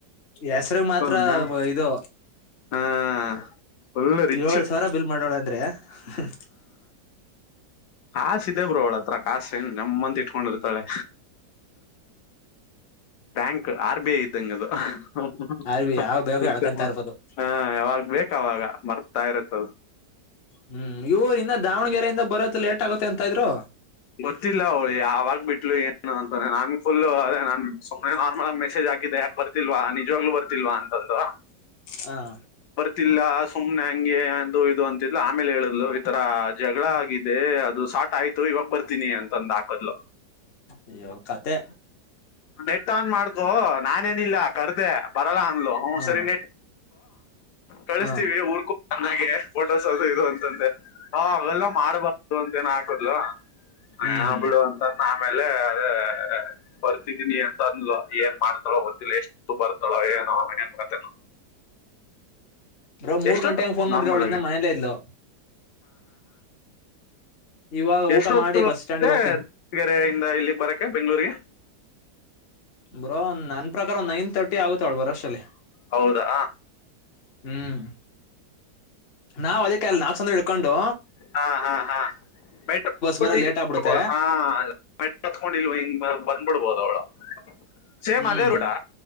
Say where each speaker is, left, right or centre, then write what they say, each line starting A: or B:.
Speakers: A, on the left (about 50°); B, on the left (about 70°).
A: ಹೆಸ್ರಗ್ ಮಾತ್ರ
B: ಹೌದಾ?
A: ಇದು
B: ಹಾ ಫುಲ್ ರಿಚ್
A: ಏಳ್ ಸಾವಿರ ಬಿಲ್ ಮಾಡೋಳಂದ್ರೆ ಹ
B: ಕಾಸ್ ಇದೇ ಬ್ರೋ ಅವಳ ಹತ್ರ ಕಾಸ <unintelligible> ಇಟ್ಕೊಂಡಿರ್ತಾಳೆ ಬ್ಯಾಂಕ್ ಆರ್ ಬಿ ಐ ಇದು <unintelligible>
A: ಅಲ್ ಯಾವ ಬೇಗ ಎಳ್ಕೊಂತ ಇರ್ಬೋದು
B: ಹಾ ಯಾವಾಗ್ ಬೇಕಾವಾಗ ಮರ್ತಾಯರತ್ತದು
A: ಹ್ಮ್ ಇವರಿಂದ ದಾವಣಗೆರೆಯಿಂದ ಬರೋದು ಲೇಟ್ ಆಗತ್ತೆ ಅಂತ ಇದ್ರು
B: ಗೊತ್ತಿಲ್ಲ ಅವಳು ಯಾವಾಗ ಬಿಟ್ಲು ಏನು ಅಂತೆ ನನ್ ಫುಲ್ಲು ನನ್ ಸುಮ್ಮನೆ ನಾರ್ಮಲ್ ಆಗಿ ಮೆಸೇಜ್ <unintelligible> ಯಾಕೆ ಬರ್ತಿಲ್ವಾ ನಿಜವಾಗ್ಲೂ ಬರ್ತಿಲ್ವಾ ಅಂತಂದ್ರೂ
A: ಹಾ
B: ಗೊತ್ತಿಲ್ಲ ಸುಮ್ನೆ ಹಂಗೆ ಅದು ಇದು ಅಂತಿದ್ಲು ಆಮೇಲೆ ಹೇಳಿದ್ಲು ಈತರ ಜಗಳ ಆಗಿದೆ ಅದು ಸ್ಟಾರ್ಟ್ ಆಯ್ತು ಇವಾಗ ಬರ್ತೀನಿ ಅಂತಂದ ಹಾಕದ್ಲು
A: ಅಯ್ಯೋ ಕಥೆ
B: ನೆಟ್ ಆನ್ ಮಾಡ್ಕೊ ನಾನೇನಿಲ್ಲ ಕರ್ದೆ ಬರಲ್ಲ ಅಂದ್ಲು ಹೂ
A: ಹ
B: ಸರಿ <unintelligible> ಕಳಿಸ್ತೀವಿ
A: ಹ
B: ಊರ್ಕೂ ಚೆನ್ನಾಗೆ ಫೋಟೋಸ್ ಅದು ಇದು ಅಂಥಂದೆ ಹ ಅವೆಲ್ಲ ಮಾಡ್ಬಾರ್ದು ಅಂತ ಏನ ಹಾಕದ್ಲು
A: ಹ್ಮ್
B: ಏನ ಬಿಡು ಅಂತ ಆಮೇಲೆ ಅದೇ ಬರ್ತ <unintelligible> ಜಿಗಿನಿ ಅಂತ ಅಂದ್ಲು ಏನ್ ಮಾಡ್ತಾಳೋ ಗೊತ್ತಿಲ್ಲ ಎಷ್ಟು ಬರ್ತಾಳೋ ಏನೋ ಏನ್ ಕತೆನೋ
A: ಬ್ರೋ ಮೂರ್
B: ಎಷ್ಟೊತ್ತು
A: ಗಂಟೆ ಅಂಗೆ ಫೋನ್ ಮಾಡಿದ್ದೆ
B: ನಾರ್ಮಲ್
A: ಅವ್ಳು
B: ಆಗಿ
A: ಇನ್ನ ಮನೇಲ್ಲೇ ಇದ್ಲು ಇವಾಗ ಊಟ
B: ಎಷ್ಟೊತ್ತುದೆ
A: ಮಾಡಿ ಬಸ್ ಸ್ಟ್ಯಾಂಡ್ಗೆ
B: ದಾವಣಗೆರೆಯಿಂದ
A: ಹೋಗ್ತೀನಿ
B: ಇಲ್ಲಿ ಬರಕ್ಕೆೆ ಬೆಂಗ್ಳೂರ್ರಿಗೆ
A: ಬರೋ ನನ್ ಪ್ರಕಾರ ಒಂದ್ ನೈನ್ ತರ್ಟಿ ಆಗುತ್ತೆ ಅವಳಳ್ ಬರೋ ಅಷ್ಟಲ್ಲಿ
B: ಹೌದಾ
A: ಹ್ಮ್ ನಾವ್ ಅದಕ್ಕೆ ಅಲ್ ನಾಕ್ ಸಂದ್ರ ಇಡ್ಕೊಂಡು
B: ಹಾ ಹಾ ಹಾ ಹ
A: ಬರ ಲೇಟ್ ಆಗ್ಬಿಡುತ್ತೆ
B: ಮ ಕತ್ಕೊಂಡಿಲ್ವ ಹಿಂಗ ಬಂದ್ಬಿಡ್ಬೋದ ಅವಳ ಸೇಮ್
A: ಹ್ಮ್
B: ಅದೇ ರೂಡ